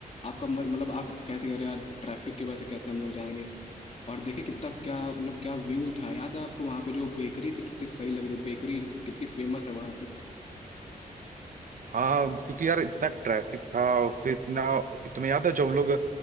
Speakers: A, on the left; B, on the right.
A: आपका मन मतलब आप कहते कि अरे यार ट्रैफिक की वजह से कैसे हम लोग जाएंगे और देखिए कितना क्या मतलब क्या व्यू था याद है आपको वहां पे जो बेकरी थी कितनी सही लग रही बेकरी कितनी फेमस है वहाँ की
B: हाँ क्योंकि यार इतना ट्रैफिक था और फिर इतना तुम्हें याद है जब हम लोग अ,